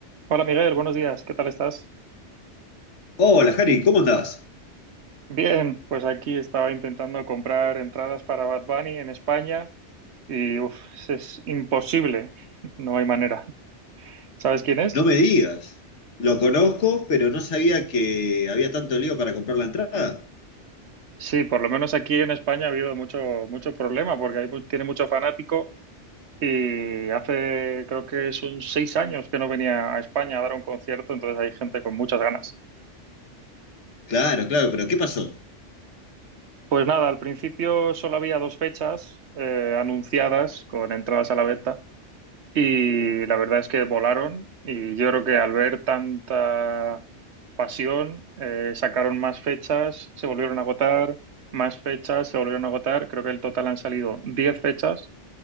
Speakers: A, on the right; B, on the left.
A: Hola Miguel, buenos días, ¿qué tal estás?
B: Hola, Jari, ¿cómo andás?
A: Bien, pues aquí estaba intentando comprar entradas para Bad Bunny en España y uf, es imposible, <laughs> no hay manera. ¿Sabes quién es?
B: No me digas. Lo conozco, pero no sabía que había tanto lío para comprar la entrada.
A: Sí, por lo menos aquí en España ha habido mucho, mucho problema porque hay, mu- tiene mucho fanático y hace creo que son seis años que no venía a España a dar un concierto, entonces hay gente con muchas ganas.
B: Claro, claro, pero ¿qué pasó?
A: Pues nada, al principio solo había dos fechas eh, anunciadas con entradas a la venta. Y la verdad es que volaron y yo creo que al ver tanta pasión, eh, sacaron más fechas, se volvieron a agotar, más fechas, se volvieron a agotar. Creo que el total han salido 10 fechas